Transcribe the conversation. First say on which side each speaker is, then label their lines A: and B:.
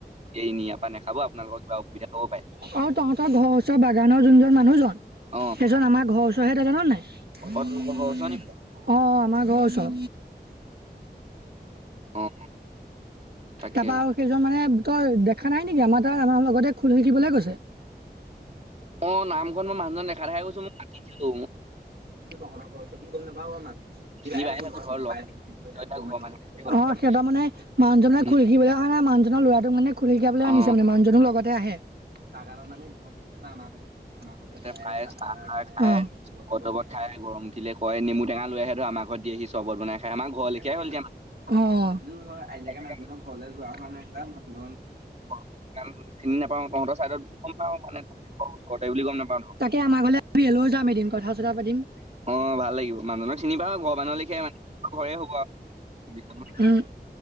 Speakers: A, on the right; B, on the right.
A: ইয়াৰ পৰা নাখাব আপোনালোকৰ কিবা অসুবিধা পাব পাৰে।
B: আৰু তহঁতৰ ঘৰৰ ওচৰৰ বাগানৰ যোনজন মানুহজন?
A: অ
B: সেইজন আমাৰ ঘৰৰ ওচৰ তেখেত জান নাই? অ',
A: ঘৰৰ ওচৰ নি
B: আমাৰ ঘৰৰ ওচৰ।
A: অ'। তাকে
B: তাপা আৰু সেইজন মানে তই দেখা নাই নেকি আমাৰ তাৰ আমাৰ লগতে খোল শিকিবলৈ গৈছে।
A: অ', নামঘৰত মই মানুহজন দেখা দেখা গৈছো মই মাতিছিলো
B: কিন্তু তহঁতৰ ঘৰত গম নাপাও মই
A: চিনি
B: থাকো
A: পায়ে
B: ঘৰতাই
A: ধৰ লগ
B: থাক নিজ ঘৰা
A: এতিয়া
B: <unintelligible>
A: ঘৰৰ মানুহ হ'ল।
B: অ '। সিহঁতৰ মানে মানুহজন মানে
A: উম
B: খুৰিকিবলে অহা নাই ল'ৰাটো মানে খোল শিকাবলৈ
A: অ
B: আনিছে মানে মানুহজনো লগতে আহে। বাগানত মানে গ আমাৰ ঘৰতে থে আমাৰ ঘৰতে খায়
A: প্ৰায়
B: চাহ চাহ
A: তাহ
B: খায়
A: খাই
B: লগৰত
A: চৰবত তৰবত
B: খাই <inaudible>
A: গৰম উঠিলে কয়, নেমু টেঙা লৈ আহে ধৰ আমাৰ ঘৰত দিয়ে হি চৰ্বত বনাই। খাই আমাৰ ঘৰ
B: অ
A: লেখিয়াই হ'ল
B: মানুহজনৰ
A: এতিয়া
B: ঘৰলে যোৱা হোৱা নাই। <unintelligible>
A: কাৰণ চিনি নাপাওঁ তহঁতৰ চাইডত বুলি গম পাওঁ মানে তহঁতৰ ওচৰতে বুলি গম নাপাওঁ ধৰ
B: তাকে আমাৰ ঘৰলে লৈ যাম এদিন কথা- চথা পাতিম।
A: অ ভাল লাগিব মানুজনক চিনি পা ঘৰৰ মানুহ লেখিয়াই ঘৰে হব আৰু
B: উম